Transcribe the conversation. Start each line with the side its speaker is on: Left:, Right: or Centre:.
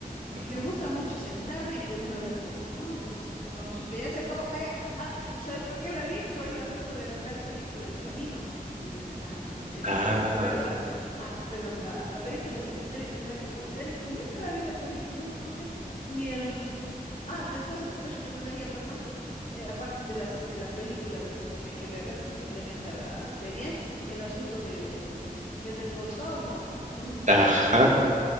Right: Ujú.
Left: me gusta mucho sentarme y de una ver toda, ¿no? Entonces, cuando supe ya se acabó, ah, ya, ah, ¿sabes por qué la vi? Por el asunto de la tal película El Camino. Entonces decía, ah, es de la serie,
Right: Ah,
Left: entonces hay que verla. Ah, perdón, la, la película es de la serie, entonces hay que ver la serie. Y nunca la vi la película, no sé por qué. Ni el... Ah, después entonces recomendaría, perdón, eh, aparte de las, de la película, dicen ¿no? que hay que verla, que complementa la serie, el asunto del Better Call Saul, ¿no? No sé si te
Right: ajá.
Left: has Sí. animado a ver.